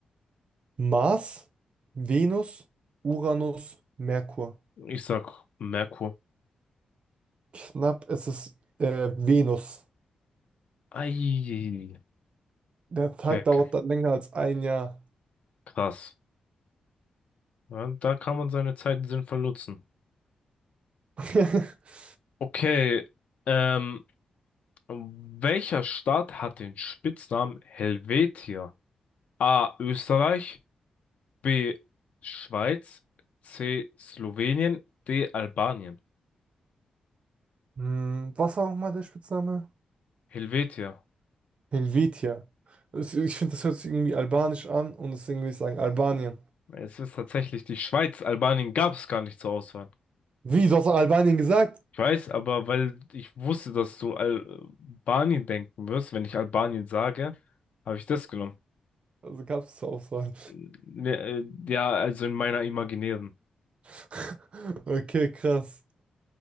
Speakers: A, on the right; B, on the left.
A: Mars, Venus, Uranus, Merkur.
B: ich sag Merkur.
A: Knapp, es ist äh, Venus.
B: Ei,
A: Der Tag
B: okay,
A: dauert
B: okay.
A: dann länger als ein Jahr.
B: Krass. Ja, da kann man seine Zeit sinnvoll nutzen.
A: <laughs>
B: Okay, ähm, welcher Staat hat den Spitznamen Helvetia? A. Österreich, B. Schweiz. C. Slowenien. D. Albanien.
A: Hm, was war nochmal der Spitzname?
B: Helvetia.
A: Helvetia. Es- Ich finde, das hört sich irgendwie albanisch an und deswegen würde ich sagen Albanien.
B: Es ist tatsächlich die Schweiz. Albanien gab es gar nicht zur Auswahl.
A: Wie, du hast doch Albanien gesagt?
B: Ich weiß, aber weil ich wusste, dass du Albanien denken wirst, wenn ich Albanien sage, habe ich das genommen.
A: Also gab es zur Auswahl.
B: Ne, äh, Ja, also in meiner imaginären.
A: <laughs> Okay, krass.